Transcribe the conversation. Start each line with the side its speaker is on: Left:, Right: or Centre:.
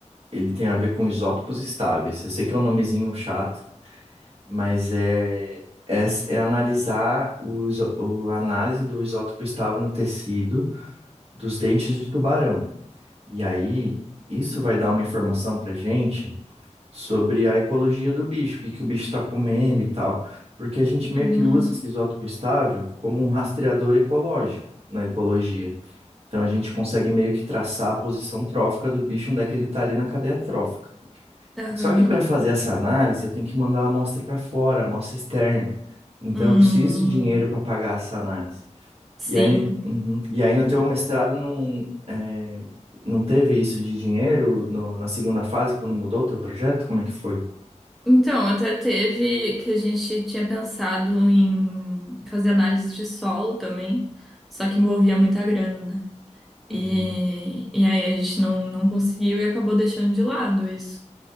Right: ele tem a ver com isótopos estáveis. Eu sei que é um nomezinho chato, mas é, é, é analisar o, iso- o- a análise do isótopo estável no tecido dos dentes de tubarão. E aí, isso vai dar uma informação pra gente sobre a ecologia do bicho, o que que o bicho está comendo e tal, porque a gente meio
Centre: Uhum.
Right: que usa esse isótopo estável como um rastreador ecológico na ecologia. Então a gente consegue meio que traçar a posição trófica do bicho, onde é que ele está ali na cadeia trófica.
Centre: Aham.
Right: Só que para fazer essa análise, eu tenho que mandar a amostra para fora, a amostra externa. Então
Centre: Hum,
Right: eu preciso de dinheiro para pagar essa análise.
Centre: sim.
Right: E aí, uhum. E aí no teu mestrado não, é, não teve isso de dinheiro no- na segunda fase, quando mudou o teu projeto? Como é que foi?
Centre: Então, até teve que a gente tinha pensado em fazer análise de solo também, só que envolvia muita grana, né?
Right: Uhum.
Centre: E, e aí a gente não, não conseguiu e acabou deixando de lado isso